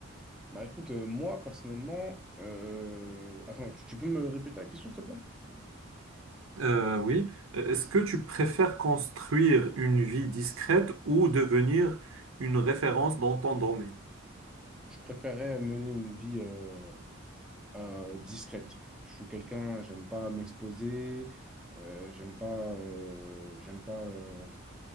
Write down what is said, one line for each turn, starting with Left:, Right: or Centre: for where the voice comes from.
Centre: Bah écoute, euh, moi personnellement, euh, attends, tu, tu peux me répéter la question, s'il te plaît?
Right: Euh, oui. Euh, Est-ce que tu préfères construire une vie discrète ou devenir une référence dans ton domaine?
Centre: Je préférerais mener une vie euh, euh, discrète. Je suis quelqu'un, j'aime pas m'exposer, euh, j'aime pas, euh, j'aime pas, euh,